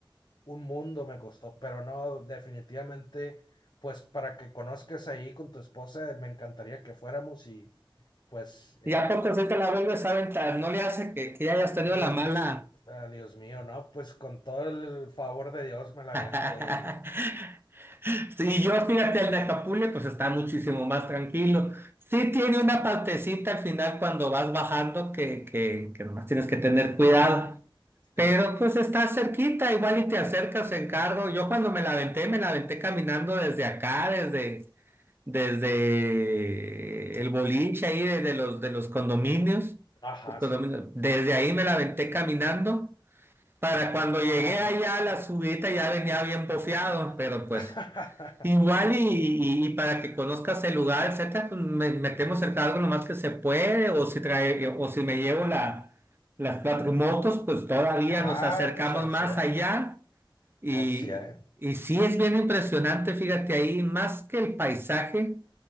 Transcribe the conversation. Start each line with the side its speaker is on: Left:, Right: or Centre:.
Left: un mundo, me costó, pero no, definitivamente, pues para que conozcas ahí con tu esposa, me encantaría que fuéramos y pues, eh,
Right: Y a poco se te la vuelves a aventar, no le hace que, que ya hayas tenido
Left: ut,
Right: la mala.
Left: ah, Dios mío, ¿no? Pues con todo el favor de Dios me
Right: <laughs>
Left: la aviento y,
Right: Y yo, fíjate, al Nacapule, pues está muchísimo más tranquilo. Sí tiene una partecita al final cuando vas bajando que, que, que nomás tienes que tener cuidado.
Left: sí,
Right: Pero pues está cerquita, igual y te acercas en carro. Yo cuando me la aventé, me la aventé caminando desde acá, desde, desde el boliche ahí, desde los, de los condominios,
Left: ajá,
Right: los condominios.
Left: sí,
Right: Desde ahí me la aventé caminando. Para cuando llegué
Left: no, pues,
Right: allá a la subida ya venía bien bofeado, pero pues
Left: <laughs>
Right: Igual y, y- y para que conozcas el lugar, etcétera, pues me- metemos cerca algo lo más que se puede, o si trae, o si me llevo la, las cuatro motos, pues todavía
Left: ah,
Right: nos acercamos
Left: pues al
Right: más
Left: 100,
Right: allá. Y,
Left: al 100,
Right: y sí es bien impresionante, fíjate ahí, más que el paisaje,